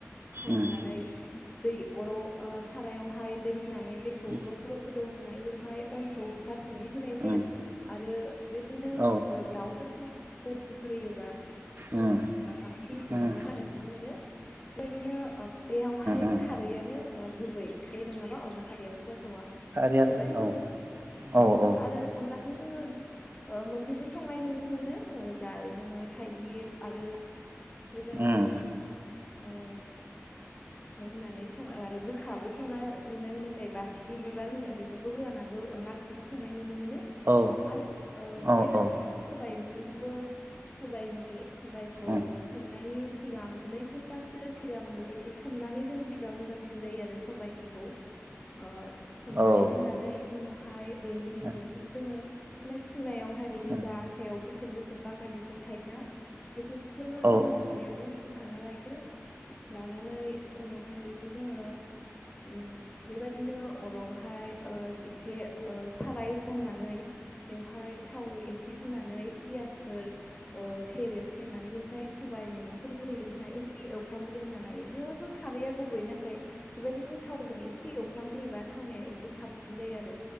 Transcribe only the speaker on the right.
उम
उम उम
उम
औ
उम
उम
उम
सारियानो
औ औ
उम
औ
औ
औ
उम
औ उम औ उम
उम
उम
औ